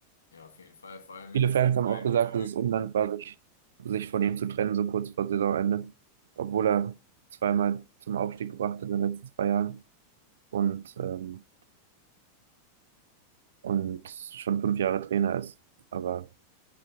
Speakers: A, on the left; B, on the right.
A: Ja, auf jeden Fall, vor allem mit
B: Viele
A: so
B: Fans
A: einem
B: haben
A: kleinen
B: auch gesagt,
A: Budget.
B: dass es undankbar war, sich, sich von ihm zu trennen, so kurz vor Saisonende, obwohl er zweimal zum Aufstieg gebracht hat in den letzten zwei Jahren und, ähm, und schon fünf Jahre Trainer ist. Aber